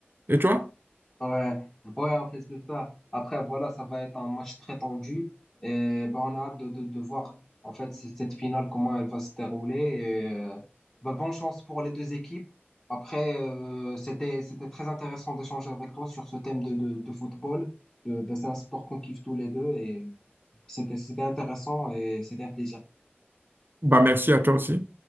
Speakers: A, on the right; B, on the left.
A: Et toi?
B: Ouais, ouais, en fait, c'est ça. Après, voilà, ça va être un match très tendu. Et ben, on a hâte de, de, de voir, en fait, c- cette finale, comment elle va se dérouler. Et, euh, ben, bonne chance pour les deux équipes. Après, euh, c'était, c'était très intéressant d'échanger avec toi sur ce thème de, de, de football. Euh, ben, c'est un sport qu'on kiffe tous les deux et c'était, c'était intéressant et c'était un plaisir.
A: Bah, merci à toi aussi.